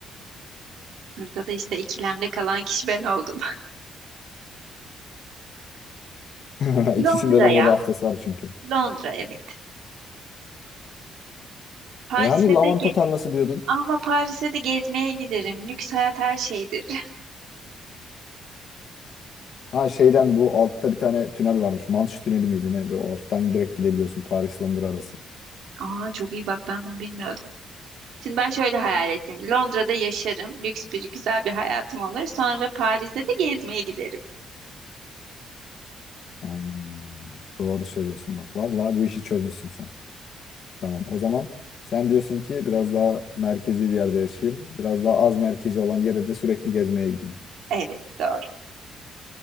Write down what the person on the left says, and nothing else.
<laughs>
İkisinde de moda haftası var çünkü.
E hani lavanta
tarlası diyordun.
Ha şeyden bu altta bir tane tünel varmış. Manş tüneli miydi ne? Böyle alttan direkt gidebiliyorsun. Paris Londra arası.
Hmm, doğru söylüyorsun bak. Vallahi bu işi çözmüşsün sen. Tamam. O zaman sen diyorsun ki biraz daha merkezi bir yerde yaşayayım. Biraz daha az merkezi olan yere de sürekli gezmeye gideyim.